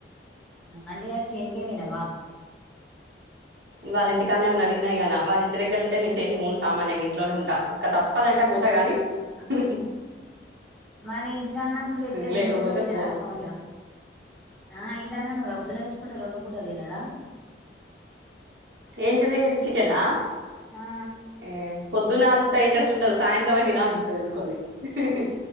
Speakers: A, in the centre; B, on the right.
A: అంటే చెనికి పోయినవా
B: ఇవాళ్ళ ఇంటికన్నున్నా నిన్నయ్యలా వాళ్ళంటి ఇంటి దగ్గరుంటే నేను చేన్కి ఓను సామాన్యంగా ఇంట్లోనే ఉంటా. అ తప్పదంటే పోతా గాని హుహ్
A: మరి ఇంటికన్నప్పుడు తెప్తే రెండు
B: లేకపోతే
A: పూటలు తినడాక్క
B: పోను
A: మ ఆ ఇంటనే ఉన్నా పోద్దునేచ్చుకుంటే రెండు పూటలు తినడా
B: ఏంటిది చికెనా
A: ఆ
B: ఏ పొద్దున్నంత ఇంట్రెస్ట్ ఉండదు సాయంత్రమే తినాలన్పితది ఎందుకోది హుహ్